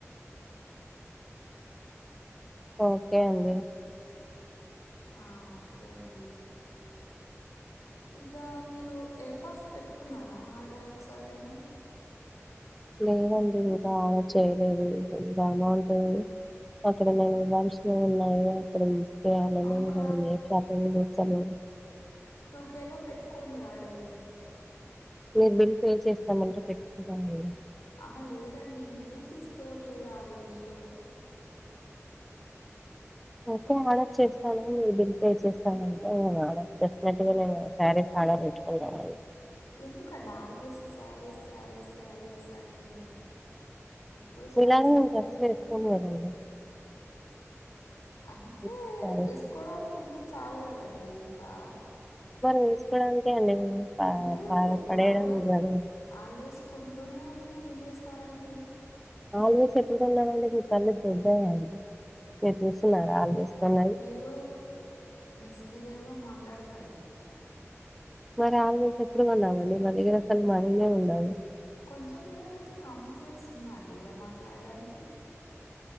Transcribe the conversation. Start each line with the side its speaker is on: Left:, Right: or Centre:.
Centre: ఓకే అండి
Left: ఆ ఓకే అండి ఇగ మీరు ఇయర్పాడ్స్ పెట్టుకున్నారా ఆర్డర్ ఒకసారైనా
Centre: లేదండి ఇంక ఆలొ చేయలేదు ఇంక ఎమౌంట్ అక్కడ నేను ఇవ్వాల్సినయి ఉన్నాయి అక్కడ ఇచ్చేయాలని
Left: ఒక
Centre: ఇంక నేను ఏం షాపింగ్ చేస్తాను
Left: ఓకేల పెట్టుకోండి ఆర్డరు
Centre: మీరు బిల్ పే చేస్తామంటే పెట్టుకుంటామండి
Left: ఆహా లేదండి నేనే తీసుకోవట్లేదు ఆ రేంజ్ లో
Centre: ఓకే ఆర్డర్ చేస్తాను మీరు బిల్ పే చేస్తాను అంటే నేను ఆర్డర్ డెఫినెట్ గా నేను సారి సరే తెచ్చుకుంటారాండి
Left: ఎందుకండి ఆల్వేస్ శారీస్ శారీస్ శారీస్ అని ఎప్పుడు శారీస్
Centre: మీలాగా నేను
Left: మీదనే
Centre: డ్రెస్సులు
Left: ఉంటుందాండి
Centre: వేసుకోను కదండి
Left: అంటే
Centre: ఉత్తి శారీస్
Left: వేసుకోవడానికి ఉంటే చాలు కదండి ఇంకా
Centre: మరి వేసుకోవడానికే అండి మేము ప
Left: అంటే
Centre: పొడి పడేయడానికి
Left: ఆల్వే
Centre: కాదు కదా
Left: ఆల్వేస్ కొంటూనే ఉండి ఏం చేస్తారాండి
Centre: ఆల్వేస్ ఎప్పుడుకోన్నానండి మీ కళ్ళు దొబ్బయాండి మీరు చూస్తున్నారా ఆల్వేస్ కోన్నవి
Left: ఇప్పుడు మిస్ బిహేవ్ గా మాట్లాడకండి
Centre: మరి ఆల్వేస్ ఎప్పుడు కొన్నావండి మా దగ్గర అసలు మనినే ఉండవు
Left: కొంచెం అయినా మీకు కామన్ సెన్స్ ఉందా అండి ఇలా మాట్లాడడానికి